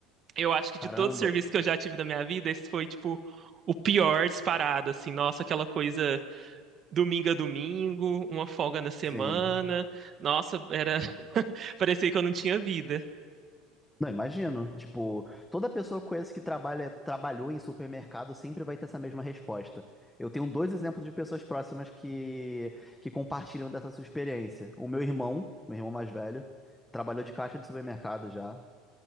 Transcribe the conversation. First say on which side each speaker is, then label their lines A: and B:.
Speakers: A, on the right (about 30°); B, in the centre.
A: Eu acho que
B: Caramba.
A: de todos os serviços que eu já tive na minha vida, esse foi, tipo, o pior disparado, assim. Nossa, aquela coisa domingo a domingo, uma folga na semana.
B: Sim.
A: Nossa, era Parecia que eu não tinha vida.
B: Não, imagino. Tipo, toda pessoa que eu conheço que trabalha, trabalhou em supermercado sempre vai ter essa mesma resposta. Eu tenho dois exemplos de pessoas próximas que, que compartilham dessa sua experiência. O meu irmão, meu irmão mais velho, trabalhou de caixa de supermercado já.